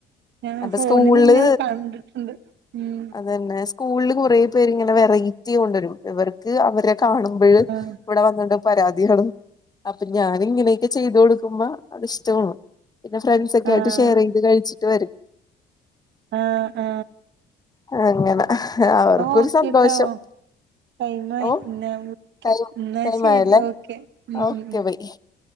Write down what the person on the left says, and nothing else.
അപ്പൊ
സ്കൂളില്
അതന്നെ സ്കൂൾ കൊറേ പേര് ഇങ്ങനെ വെറൈറ്റി കൊണ്ടരും ഇവർക്ക് അവരെ കാണുമ്പഴെ
ഇവിടെ വന്നിണ്ട് പരാതി ആണ് അപ്പൊ ഞാന് ഇങ്ങനൊക്കെ ചെയ്ത് കൊടുക്കുമ്പോ അത്ഷ്ടാണ് പിന്നെ ഫ്രണ്ട്സൊക്കെ
ആയിട്ട് ഷെയറെയ്ത് കഴിച്ചിട്ട് വരും
അങ്ങനെ അവർക്കൊരു
സന്തോഷം
ഓ
ടൈം
ടൈം
ആയല്ലേ
ഓക്കെ
ബൈ